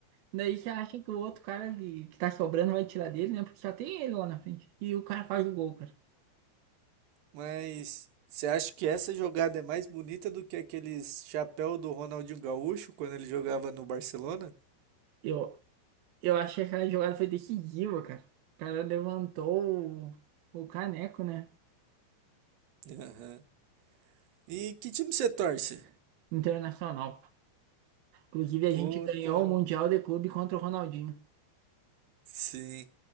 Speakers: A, on the right; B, on the right.
A: Daí você acha que o outro cara que, que tá sobrando vai tirar dele, né? Porque só tem ele lá na frente. E o cara faz o gol, cara.
B: Mas você acha que essa jogada é mais bonita do que aqueles chapéu do Ronaldinho Gaúcho quando ele jogava no Barcelona?
A: Eu, eu achei que aquela jogada foi decisiva, cara. O cara levantou o, o caneco, né?
B: Aham. E que time você torce?
A: Internacional. Inclusive, a
B: Puta,
A: gente ganhou o Mundial de Clube contra o Ronaldinho.
B: Sim,